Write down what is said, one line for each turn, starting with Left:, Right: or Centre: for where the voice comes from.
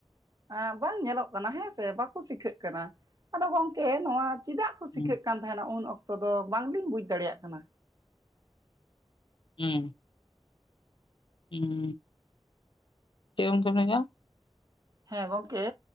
Right: ᱟᱸ ᱵᱟᱝ ᱧᱮᱞᱚᱜ ᱠᱟᱱᱟ ᱦᱮᱸ ᱥᱮ ᱵᱟᱠᱚ ᱥᱤᱠᱷᱟᱹᱜ ᱠᱟᱱᱟ ᱟᱫᱚ ᱜᱚᱝᱠᱮ ᱱᱚᱣᱟ᱾ ᱪᱮᱫᱟᱜ?
Left: ᱦᱩᱸ
Right: ᱥᱤᱠᱷᱟᱹᱜ ᱠᱟᱱ ᱛᱟᱦᱮᱱᱟ ᱩᱱ ᱚᱠᱛᱚ ᱫᱚ ᱵᱟᱝᱞᱤᱧ ᱵᱩᱡᱽ ᱫᱟᱲᱮᱭᱟᱜ ᱠᱟᱱᱟ᱾
Left: ᱦᱮᱸ ᱦᱩᱸ ᱪᱮᱫ ᱜᱚᱢᱠᱮ ᱢᱮᱱᱮᱜ-ᱟ?
Right: ᱦᱮᱸ ᱜᱚᱝᱠᱮ